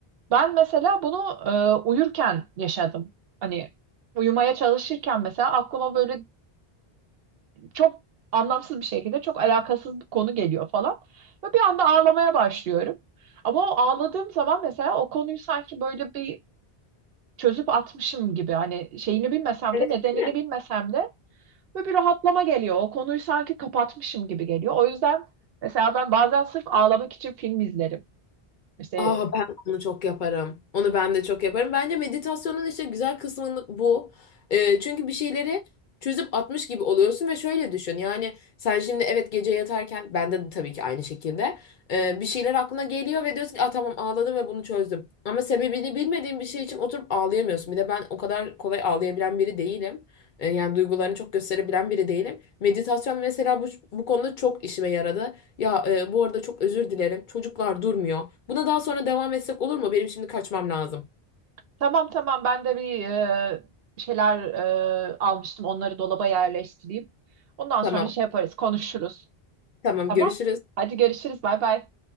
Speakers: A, on the right; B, on the left.
A: Ben mesela bunu e, uyurken yaşadım. Hani uyumaya çalışırken mesela aklıma böyle çok anlamsız bir şekilde çok alakasız bir konu geliyor falan. Ve bir anda ağlamaya başlıyorum. Ama o ağladığım zaman mesela o konuyu sanki böyle bir çözüp atmışım gibi hani şeyini bilmesem
B: Evet,
A: de nedenini
B: değil mi?
A: bilmesem de ve bir rahatlama geliyor. O konuyu sanki kapatmışım gibi geliyor. O yüzden mesela ben bazen sırf ağlamak için film izlerim. İşte
B: Aa ben onu çok yaparım. Onu ben de çok yaparım. Bence meditasyonun işte güzel kısmı bu. Ee, çünkü bir şeyleri çözüp atmış gibi oluyorsun ve şöyle düşün. Yani sen şimdi evet gece yatarken bende de tabii ki aynı şekilde ee, bir şeyler aklına geliyor ve diyorsun ki Aa, tamam ağladım ve bunu çözdüm. Ama sebebini bilmediğin bir şey için oturup ağlayamıyorsun. Bir de ben o kadar kolay ağlayabilen biri değilim. Ee, yani duygularını çok gösterebilen biri değilim. Meditasyon mesela bu, bu konuda çok işime yaradı. Ya e, bu arada çok özür dilerim. Çocuklar durmuyor. Buna daha sonra devam etsek olur mu? Benim şimdi kaçmam lazım.
A: tamam tamam ben de bir e, şeyler e, almıştım onları dolaba yerleştireyim. Ondan
B: Tamam.
A: sonra şey yaparız konuşuruz
B: Tamam,
A: Tamam.
B: görüşürüz.
A: Hadi görüşürüz. Bay bay.